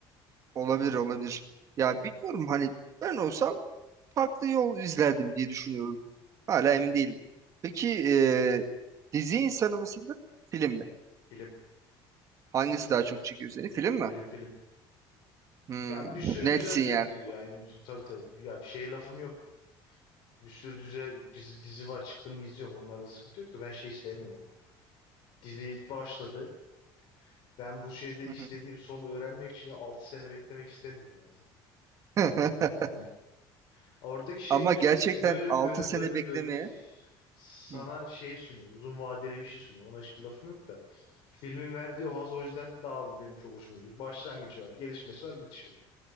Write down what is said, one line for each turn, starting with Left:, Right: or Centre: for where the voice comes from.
Right: olabilir olabilir. Ya bilmiyorum hani ben olsam farklı yol izlerdim diye düşünüyorum. Hala emin değilim. Peki e, dizi insanı mısındır, film mi?
Left: Film,
Right: Hangisi daha çok çekiyor seni? Film mi?
Left: film, film.
Right: Hmm,
Left: Ya bir sürü
Right: netsin
Left: güzel dizi
Right: yani.
Left: yani tabii tabii. Ya bir şeye lafım yok. Bir sürü dizi, dizi, dizi var çıktı mı izliyorum. Onlarda sıkıntı yok da ben şeyi sevmiyorum ama. Dizi başladı. Ben bu şeyde istediğim
Right: Hı hı.
Left: sonu öğrenmek için ya 6 sene beklemek istemiyorum azim.
Right: <laughs>
Left: Yani oradaki şey
Right: Ama
Left: güzel.
Right: gerçekten
Left: Bölüm
Right: 6
Left: bölüm
Right: sene
Left: bölüm
Right: beklemeye.
Left: bölüm sana
Right: Hı.
Left: şey sunuyor. Uzun vadeli bir şey sunuyor. Ona hiçbir lafım yok da. Filmin verdiği o haz o yüzden daha bu benim çok hoşuma gidiyor. Başlangıcı var, gelişmesi var, bitişi var.